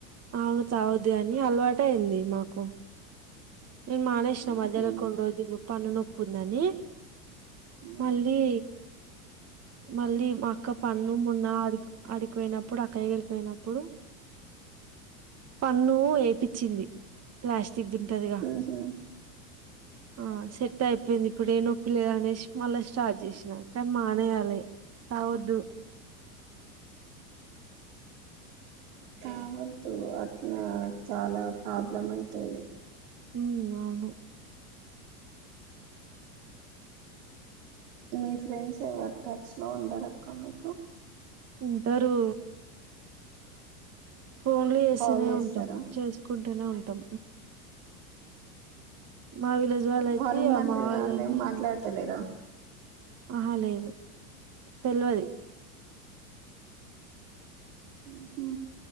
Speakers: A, on the right; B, on the right.
A: అవును తాగొద్దు గాని అలవాటయింది మాకు ఇన్ మానే ఇష్నా
B: ఉహు.
A: మధ్యలో కొన్ని రోజులు పన్న నొప్పి ఉందని
B: ఉహు.
A: మళ్ళీ మళ్ళీ మా అక్క పన్ను మోన్న ఆడి ఆడికిపోయినప్పుడు అక్కయగలికిపోయినప్పుడు పన్ను ఎ పిచింది ప్లాస్టిక్ ది ఉంటది గ
B: ఆహ
A: ఆ సెట్ అయిపోయింది ఇప్పుడు ఏ నొప్పి లేదు అనేశి మళ్ళ స్టార్ట్ చేసినా కనీ మానేయాలి తాగొద్దు
B: తాగొద్దు అట్లా చాలా ప్రాబ్లం అయితది
A: హమ్ అవును
B: మీ ఫ్రెండ్స్ ఎవరు టచ్ లో ఉండరక్క మీకు
A: ఉంటరు ఫోన్లు చేస్తేనే
B: కాల్ చేస్తారా
A: ఉంటం చేంచ్కుం టనే ఉంటం మా విలేజ్ వాళ్ళయితే
B: వాళ్ళు
A: ఆ
B: మరి
A: మా వాళ్ళని
B: వాళ్ళు ఏం మాట్లాడతలేరా
A: ఆహ లేదు తెల్వది
B: ఆ